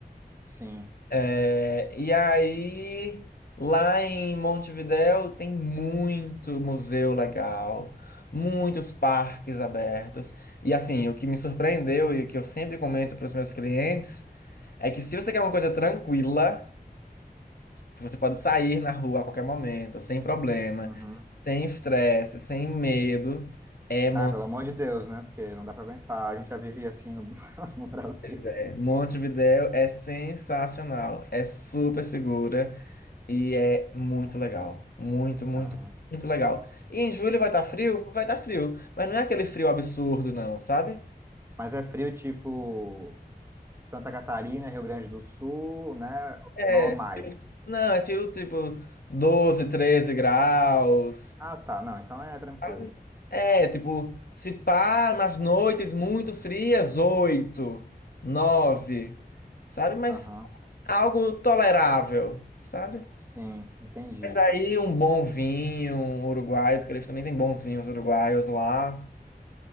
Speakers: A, on the right (about 15°); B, on the left (about 65°).
A: sim.
B: É, e aí, lá em Montevidéu tem muito museu legal, muitos parques abertos. E assim, o que me surpreendeu e o que eu sempre comento para os meus clientes é que se você quer uma coisa tranquila, que você pode sair na rua a qualquer momento, sem problema,
A: Uhum.
B: sem estresse, sem medo, é Mon-
A: Ah, pelo amor de Deus, né? Porque não dá para aguentar. A gente já vive assim no, <laughs> no Brasil.
B: é, Montevidéu é sensacional, é super segura. E é muito legal. Muito, muito,
A: Aham.
B: muito legal. E em julho vai estar frio? Vai estar frio. Mas não é aquele frio absurdo, não, sabe?
A: Mas é frio tipo Santa Catarina, Rio Grande do Sul, né?
B: É.
A: Ou mais.
B: Não, é frio tipo 12 13 graus.
A: Ah, tá. Não, então é tranquilo.
B: Sabe? É, tipo, se pá, nas noites muito frias, 8 9 sabe? Mas
A: Aham,
B: algo tolerável, sabe?
A: sim, entendi.
B: Mas aí um bom vinho um uruguaio, porque eles também têm bons vinhos uruguaios lá.